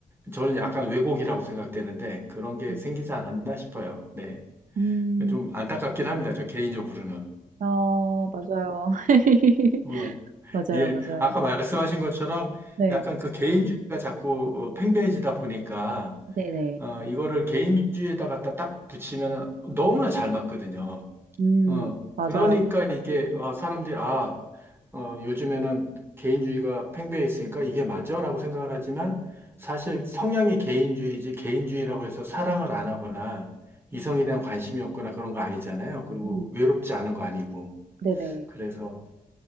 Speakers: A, on the right; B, on the right.
A: 저는 약간 왜곡이라고 생각되는데 그런 게
B: 음.
A: 생기지 않았나 싶어요. 네.
B: 음.
A: 좀 안타깝긴 합니다. 저 개인적으로는.
B: 아 맞아요. <laughs>
A: 어,
B: 맞아요,
A: 예,
B: 맞아요.
A: 아까 말씀하신 것처럼
B: 네.
A: 약간 그 개인주의가 자꾸 어, 팽배해지다 보니까
B: 네네.
A: 어, 이거를 개인주의에다 갖다 딱 붙이면 너무나 잘 맞거든요.
B: 음
A: 어,
B: 맞아요.
A: 그러니까 이게 어, 사람들이 아, 어, 요즘에는 개인주의가 팽배해 있으니까 이게 맞아라고 생각을 하지만 사실 성향이 개인주의지 개인주의라고 해서 사랑을 안 하거나 이성에 대한 관심이 없거나 그런 거 아니잖아요. 그리고
B: 음
A: 외롭지 않은 거 아니고.
B: 네네.
A: 그래서